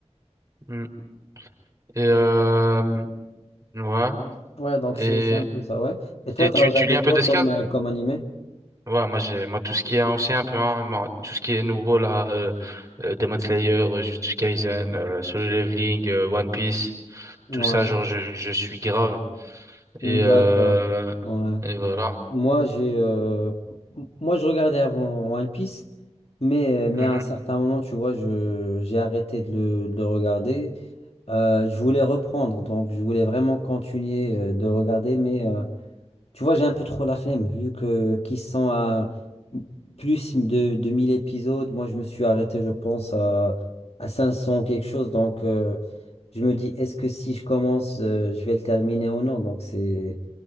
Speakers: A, on the right; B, on the left.
A: Mm. Et euh, ouais.
B: Ouais, donc
A: Et,
B: c'est c'est un peu ça, ouais. Et toi,
A: et
B: t'as
A: tu,
B: regardé
A: tu lis un
B: quoi
A: peu des scans
B: comme, euh, comme animé?
A: Ouais, moi j'ai moi tout ce qui est ancien un peu hein, moi, tout ce qui est nouveau là euh, euh, Demon Slayer, euh, Jujutsu Kaisen, euh, Solo Leveling, euh, One Piece,
B: Ouais,
A: tout ça genre je, je suis grave et
B: Hmm,
A: euh,
B: d'accord. Ouais.
A: et voilà.
B: Moi, j'ai, euh, m- moi, je regardais avant One Piece, mais, mais
A: Mhm.
B: à un certain moment, tu vois, je, j'ai arrêté de le, de le regarder. Euh, je voulais reprendre, donc je voulais vraiment continuer euh, de regarder, mais euh, tu vois, j'ai un peu trop la flemme, vu que qu'ils sont à plus de, de 1000 épisodes. Moi, je me suis arrêté, je pense, à, à 500 ou quelque chose, donc euh, je me dis, est-ce que si je commence, euh, je vais le terminer ou non? Donc, c'est.